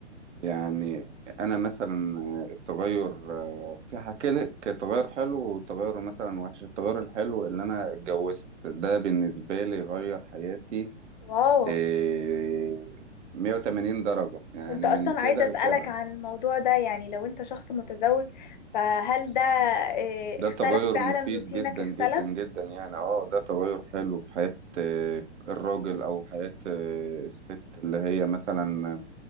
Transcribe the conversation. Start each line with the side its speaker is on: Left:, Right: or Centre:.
Right: يعني أنا مثلا آه، التغير آه، في حكي لك تغير حلو وتغير مثلا وحش التغير الحلو اللي أنا اتجوزت ده بالنسبة لي غير حياتي
Left: واو
Right: آه، 180 درجة يعني
Left: كنت اصلا
Right: من كده
Left: عايزة اسألك
Right: لكده
Left: عن الموضوع ده يعني لو انت شخص متزوج فهل ده اه،
Right: ده
Left: اختلف
Right: تغير
Left: فعلا
Right: مفيد
Left: روتينك
Right: جدا
Left: اختلف
Right: جدا جدا يعني اه ده تغير حلو في حياة آه، الراجل او حياة آه، الست اللي هي مثلا